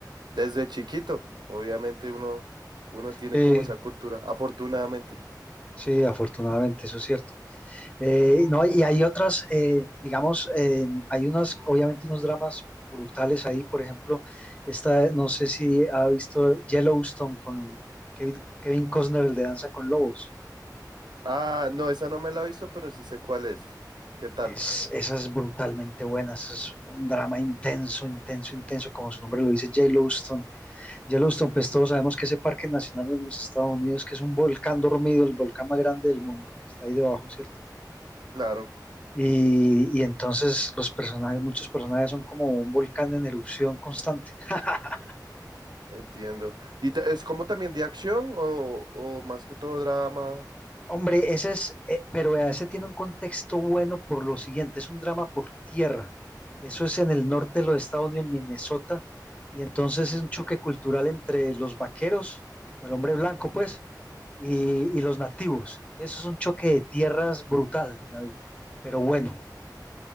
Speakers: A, on the right; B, on the left.
A: Desde chiquito, obviamente uno, uno tiene
B: Sí,
A: como esa cultura, afortunadamente.
B: sí, afortunadamente, eso es cierto. Eh, no, y hay otras, eh, digamos, eh, hay unas, obviamente unos dramas brutales ahí, por ejemplo, esta, no sé si ha visto Yellowstone con Kevin, Kevin Costner, el de Danza con Lobos.
A: Ah, no, esa no me la he visto, pero sí sé cuál es. ¿Qué tal?
B: Es, esa es brutalmente buena, esa es un drama intenso, intenso, intenso, como su nombre lo dice, Yellowstone. Yellowstone, pues todos sabemos que ese parque nacional en los Estados Unidos, que es un volcán dormido, el volcán más grande del mundo, que está ahí debajo, ¿cierto?
A: Claro.
B: Y, y entonces los personajes, muchos personajes son como un volcán en erupción constante. <laughs>
A: Entiendo. ¿Y ta- es como también de acción o, o más que todo drama?
B: Hombre, ese es, eh, pero vea, ese tiene un contexto bueno por lo siguiente, es un drama por tierra. Eso es en el norte de los Estados Unidos, en Minnesota, y entonces
A: Ujú.
B: es un choque cultural entre los vaqueros, el hombre blanco, pues, y, y los nativos. Entonces es un choque de tierras brutal, David, pero bueno.